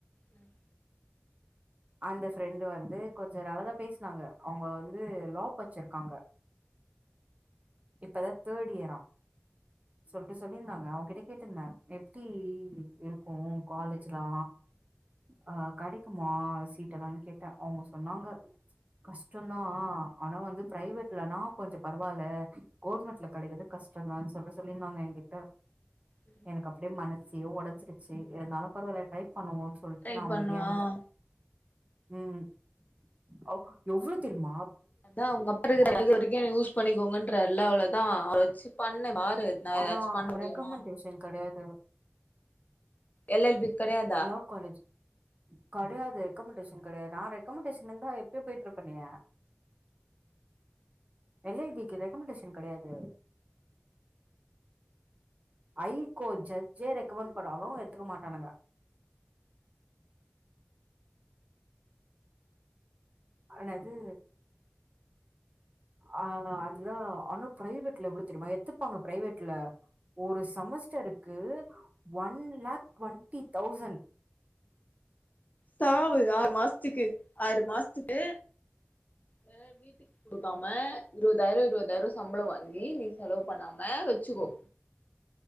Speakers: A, on the left; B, on the right.
A: ம்
B: அந்த ஃப்ரெண்டு் வந்து கொஞ்ச நல்லதா பேஸ்னாங்க அவுங்க வந்து லா பச்சிர்க்காங்க இப்பதா தேர் இயரா சொல்ட்டு சொல்லிருந்தாங்க அவுங்கிட்ட கேட்டுந்த எப்டி இருக்கு காலேஜ்லா அ கடைக்குமா சீட் எல்லான் கேட்ட அவுங்க சொன்னாங்க கஸ்ட்டோந்தா ஆனா வந்து பிரைவேட்லனா கொஞ்ச பரவால கேர்மட்ல கடக்கற்து கஸ்ட்டங்கான் சொல்ட்டு சொல்லிர்ந்தாங்க ஏங்கிட்ட
A: ம்
B: எனக்கு அப்புடே மனசே ஓடஞ்சிருச்சி இருந்தாலு பரவால்ல ட்ரை பண்ணுவோ சொல்ட்டு
A: ட்ரை
B: நா அமைதியாந்துட்ட
A: பண்ணுவா
B: ம் அவ் எவ்ளோ தெரிமா
A: அதா அவங்க <unintelligible> வரிக்கு என்ன யூஸ் பண்ணிக்கோங்கன்றார்ல அவ்ளோதா அவ்ர வச்சு பண்ணு பாரு நா ஏதாச்சு
B: ஆனா
A: பண்ண முடியுமா
B: ரெக்கமன்டேஷன் கடையாது
A: எல் எல் பிக் கடையாத்
B: லா காலேஜ் கடயாது ரெக்கமண்டேஷன் கடையாது நா ரெக்கமண்டேஷன் இருந்தா எப்யோ பேயிட்ருப்பனே எல் எல் பிக்கு ரெக்கமண்டேஷன் கெடையாது ஐகோட் ஜட்ஜே ரெக்கமெண்ட் பண்ணாலு எடுத்துக்க மாட்டானுங்க அன்னது ஆ அதுதா ஆனு பிரைவேட்ல எவ்ள தெரிமா எத்துப்பாங்க பிரைவேட்ல ஒரு செமஸ்டருக்கு ஒன் லாக் ட்வெண்ட்டி தௌசண்ட்
A: சாவு ஆறு மாசத்துக்கு ஆறு மாசத்துக்கு சார் வீட்டுக் குடுக்காம இருவதாயிரோ இருவதாயிரோ சம்பளம் வாங்கி நீ செலவு பண்ணாம வெச்சுக்கோ